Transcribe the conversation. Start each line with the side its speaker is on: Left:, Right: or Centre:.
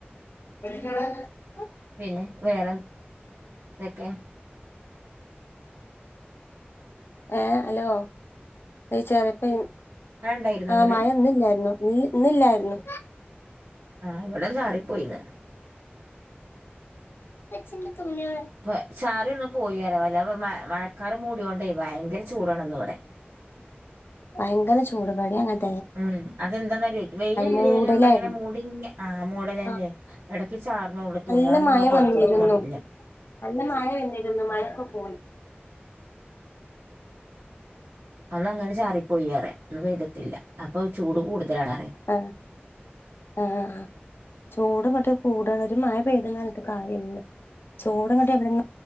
Left: <inaudible>
Right: പിന്നെ വേറെന്ത ഇതൊക്കെ
Left: ഏഹ് ഹലോ ച്ചറപ്പ
Right: ഉണ്ടായിരുന്നു
Left: ആഹ്
Right: അങ്ങട്
Left: മഴ ഇന്നില്ലായിരുന്നു ഇന്നില്ലായിരുന്നു
Right: ആഹ് ഇവിടെ ചാറിപ്പോയിന്ന്
Left: അച്ചിന്റെ തുണിയടെ
Right: ഇ ചാറിന്ന് പോയിറല്ല അപ്പ മഴക്കാർ മൂടോണ്ടേ ഭയങ്കര ചൂടാണ് ഇന്ന ഇവിടെ
Left: ഭയങ്കര ചൂടുപടി അ
Right: ഉം അതെന്താന്ന വെയില ഇല്ലേലും
Left: മൂടലായിരുന്നു
Right: ഇങ്ങനെ മൂടിങ്ങ ആഹ് മൂടലന്നേ
Left: ആ
Right: ഇടയ്ക്ക് ചാറിനള്ളൂ തുണികളന്നെ
Left: നല്ല മഴ
Right: പുറത്തുന്നോട്ടില്ല
Left: വന്നിരുന്നു
Right: ഞാൻ
Left: നല്ല മഴ വന്നിരുന്നു മഴൊക്കെ പോയി
Right: അതങ്ങനെ ചാറിപ്പോയി അറ ഒന്ന് പെയ്തിട്ടില്ല അപ്പൊ ചൂട് കൂടുതലാണറിയ
Left: ആഹ് ആഹ് ചൂട് മറ്റേ കൂടണ ഒരു മഴ പെയതുന്നാണ് ഇ കാര്യം ചൂടം കട്ട്